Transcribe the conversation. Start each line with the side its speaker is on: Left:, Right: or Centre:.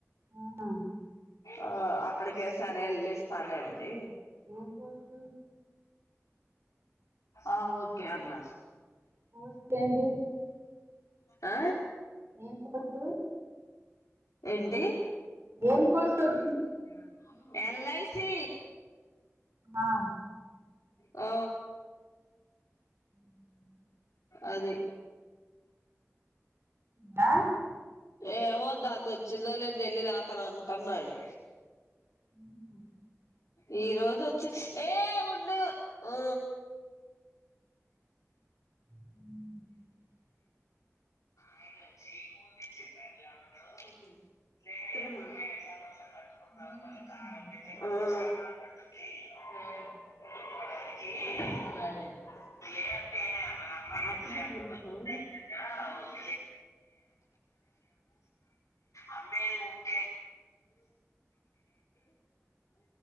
Right: ఆ!
Left: ఆ ఆ అక్కడికే సరే ఎళ్లిస్తాలెండి.
Right: ఏం పోస్ట్
Left: ఆ ఓకే అన్న
Right: <unintelligible>
Left: ఆ
Right: ఏం పోస్టు
Left: ఏంటి
Right: ఏం పోస్ట్ వ
Left: <unintelligible> ఎల్ఐసి
Right: ఆహా
Left: ఆ
Right: <inaudible>
Left: అది
Right: బాగా <inaudible>
Left: ఏమో దాన్దొచ్చిందో లేద్ తెలీదు అతను అంటున్నాడు
Right: ఆహా!
Left: <inaudible> ఈ రోజు వచ్చి ఏ ఉండు ఉ
Right: హ
Left: <inaudible> ఆ
Right: ఈరోజొచ్చిందండి.
Left: <unintelligible>
Right: ముయ్
Left: అే <unintelligible> అమ్ క